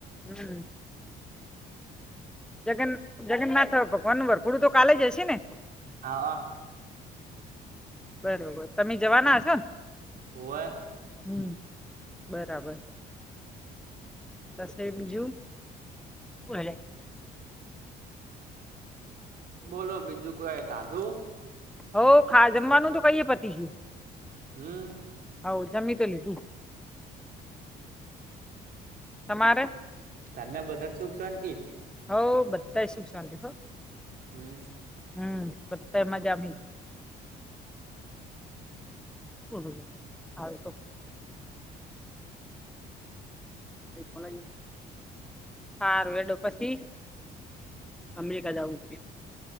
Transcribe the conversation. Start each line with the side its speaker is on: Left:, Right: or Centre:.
Centre: હમ્મ. જગન જગન્નાથ ભગવાનનું વરઘોડું તો કાલે જ હશે ને.
Right: હા. અ.
Centre: બરોબર તમે જવાના હશો ન.
Right: હોવે.
Centre: હમ્મ બરાબર. તશે બીજું ભલે.
Right: બોલો બીજું કોઈ ખાધું.
Centre: હો ખા જમવાનું તો કઈ પતી ગિયું.
Right: હમ
Centre: હાવ જમી તો લીધું તમારે?
Right: ઘરના બધા સુખ શોન્તી.
Centre: હોવ બધાય સુખ શોન્તી હો.
Right: હમ
Centre: હમ્મ બધાય મજા મેં. હ હ હાલતો. એ કોલેજ હારું હેંડો પછી અમેરિકા જાવું હૈ.